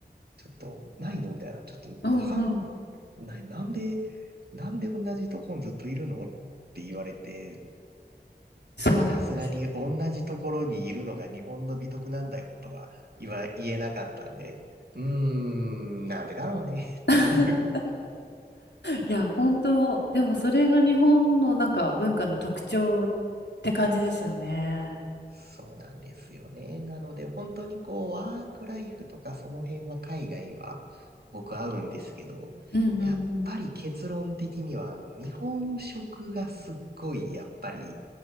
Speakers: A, on the right; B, on the left.
A: ちょっとないのみたいな、ちょっとわかん
B: うんうん、
A: ない。なんで、なんで同じとこにずっといるのって言われて、
B: そうなんです。
A: さすがに同じところにいるのが日本の美徳なんだよとは言わ、言えなかったんで、うーん、なんでだろうねっていう。
B: <laughs> いや、本当、でもそれが日本のなんか文化の特徴って感じですよね。
A: そうなんですよね。なので本当にこうワークライフとかその辺は海外は僕合うんですけど、
B: うんうんうん
A: やっぱり結論的にはあの日本食がすっごいやっぱり